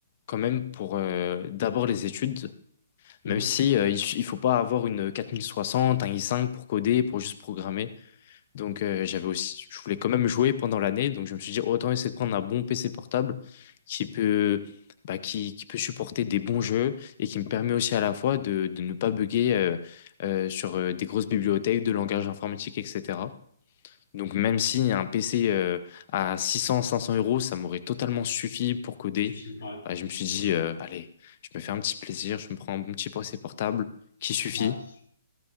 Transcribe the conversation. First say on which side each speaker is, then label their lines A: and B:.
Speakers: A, on the left (about 40°); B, on the left (about 70°).
A: quand même pour euh, d'abord les études,
B: Mhm.
A: même si euh, il, il faut pas avoir une 4060, un i cinq pour coder, pour juste programmer. Donc euh, j'avais aussi, je voulais quand même jouer pendant l'année, donc je me suis dit autant essayer de prendre un bon PC portable qui peut, bah, qui, qui peut supporter des bons jeux et qui me permet aussi à la fois de, de ne pas bugger euh, euh, sur euh, des grosses bibliothèques de langage informatique, etc. Donc même si un PC euh, à 600, 500 euros, ça m'aurait totalement suffi pour coder,
B: Suffit. Ouais.
A: bah, je me suis dit euh, allez, je me fais un petit plaisir, je me prends un bon petit PC portable qui suffit
B: Ouais.